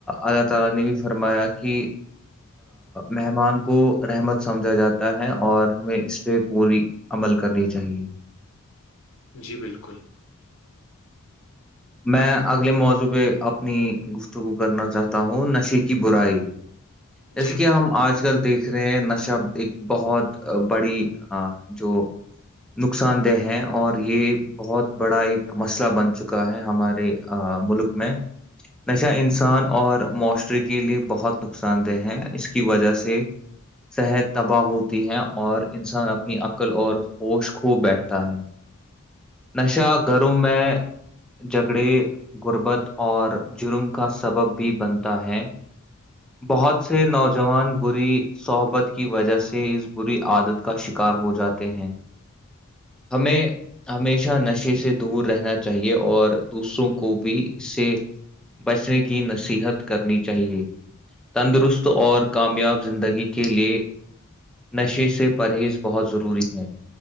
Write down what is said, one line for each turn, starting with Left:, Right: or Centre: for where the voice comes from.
Centre: اللہ تعالی نے بھی فرمایا کہ مہمان کو رحمت سمجھا جاتا ہے اور ہمیں اس پہ پوری عمل کرنی چاہیے
Left: جی بالکل
Centre: میں اگلے موضوع پہ اپنی گفتوں کو کرنا چاہتا ہوں نشے کی برائی جیسے
Left: جی
Centre: کہ ہم آج کل دیکھ دکھ رہے نشب ایک بہت بڑی جو نقصان دہ ہیں اور یہ بہت بڑا ایک مسئلہ بن چکا ہے ہمارے ملک میں نشہ انسان اور معاشرے کے لیے بہت نقصان دہ ہے اس کی وجہ سے صحت تباہ ہوتی ہے اور انسان اپنی عقل اور ہوش خھوب بیٹھتا ہے نشہ گھروں میں جگڑے غربت اور جرم کا سبب بھی بنتا ہے بہت سے نوجوان بری صحبت کی وجہ سے اس بری عادت کا شکار ہو جاتے ہیں ہمیں ہمیشہ نشے سے دور رہنا چاہیے اور دوسروں کو بھی اس سے بچنے کی نصیحت کرنی چاہیے تندرست اور کامیاب زندگی کے لیے نشے سے پرہیز بہت ضروری ہیں